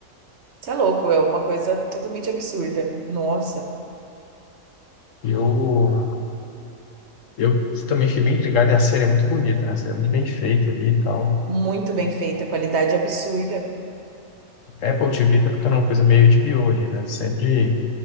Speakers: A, on the right; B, on the left.
A: isso é louco, é uma coisa totalmente absurda. Nossa,
B: Eu, eu também fiquei bem intrigado e a série é muito bonita, né? A série é muito bem feita ali e tal.
A: muito bem feita, qualidade absurda.
B: Apple TV tá ficando uma coisa meio de bio ali, né? Sempre